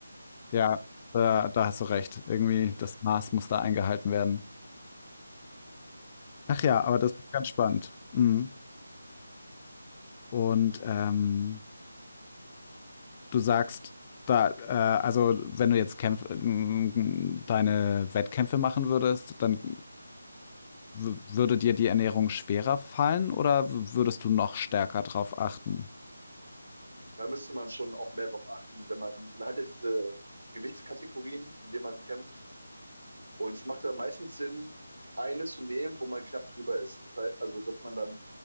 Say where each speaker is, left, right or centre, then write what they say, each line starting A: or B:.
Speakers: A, on the left (about 25°); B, on the right (about 85°).
A: ja, da, da hast du recht. Irgendwie das Maß muss da eingehalten werden. Ach ja, aber das ist ganz spannend. Mhm. Und ähm, du sagst, da, äh, also wenn du jetzt Kämpf m- m- deine Wettkämpfe machen würdest, dann W- Würde dir die Ernährung schwerer fallen oder w- würdest du noch stärker drauf achten?
B: Da müsste man schon auch mehr drauf achten, wenn man, man hat ja diese Gewichtskategorien, in denen man kämpft. Und es macht ja meistens Sinn, eine zu nehmen, wo man knapp drüber ist. Das heißt, also, dass man dann